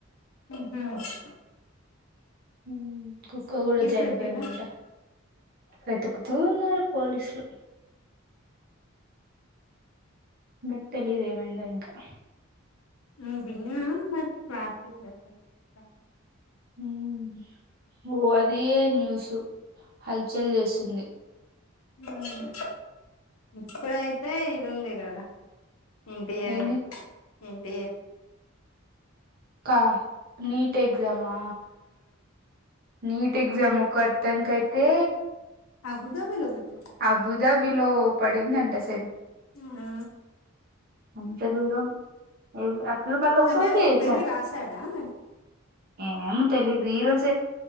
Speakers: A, on the left; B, on the right.
A: ఉహూహ్
B: హుహ్ కుక్క కూడా జనిపోయిందంట
A: పెట్టిరా
B: వెతుకుతూ ఉన్నారు పోలీసలు బట్ తెలిదు ఏమైందో ఇంకా
A: హు బిగుల మట్ పల్లటివ్ <inaudible>
B: నేమో ఓ అదయే న్యూసు హల్ చేల్ జేసుంది.
A: ఉమ్, ఇప్పుడైతే ఇది ఉంది గదా ఇంటియాగ్
B: ఏంది
A: ఇంటియే
B: కా నీట్ ఎగ్జామా నీట్ ఎగ్జామ్ ఒకర్ తనికైతే
A: అబుదాబిలో పెద్ద
B: అబుదాబిలో పడిందంటస్
A: నా
B: అంతా దూరం ఏద్ అట్ లూబల్ ఒక్కళకే
A: అంటే
B: ఈ
A: వెళ్ళి
B: సారి
A: రాసాడా మరి
B: ఏమో తెలీదు ఈ రోజ్